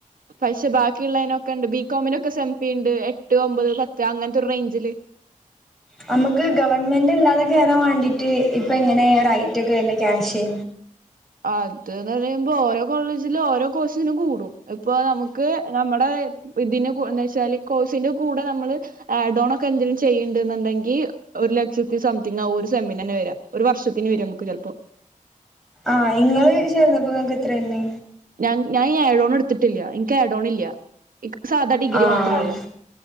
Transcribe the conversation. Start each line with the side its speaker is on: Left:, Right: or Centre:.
Right: പക്ഷെ ബാക്കിള്ളെയ്നൊക്കെണ്ട് ബികോമിനൊക്കെ സെവെൻ പിണ്ട് എട്ട് ഒമ്പത് പത്ത് അങ്ങൻത്തൊരു റേഞ്ചില്
Centre: നമ്മുക്ക് ഗവൺമെന്റ് ഇല്ലാതെക്കെ വരാൻ വേണ്ടീട്ട് ഇപ്പ എങ്ങനെ റൈറ്റ് ഒക്കെ വരുന്നു ക്യാഷ്
Right: അത് നറീമ്പോ ഓരോ കോളേജിലും ഓരോ കോഴ്സിനും കൂടും ഇപ്പൊ നമുക്ക് നമ്മടെ ഇതിന എന്താച്ചാല് കോഴ്സിന്റെ കൂടെ നമ്മള് ആഡോൺ ഒക്കെ എന്തേലും ചെയ്യിണ്ട്ന്നിണ്ടെങ്കി ഒരു ലക്ഷത്തി സംതിങ് ആം ഒരു സെമിന് വരാ ഒരു വർഷത്തിന് വര നമുക്ക് ചിലപ്പോ
Centre: ആഹ് ഇങ്ങള് ചേർന്നപ്പോ നക്ക് എത്രെ ഇണ്ട്
Right: ഞാൻ ഈ ഏഡോൺ എടുത്തിട്ടില്ല. എനിക്ക് എഡോൺ ഇല്ല ഇ സാധാ ഡിഗ്രി
Centre: ആഹ്
Right: മാത്രേ ഉള്ളൂ.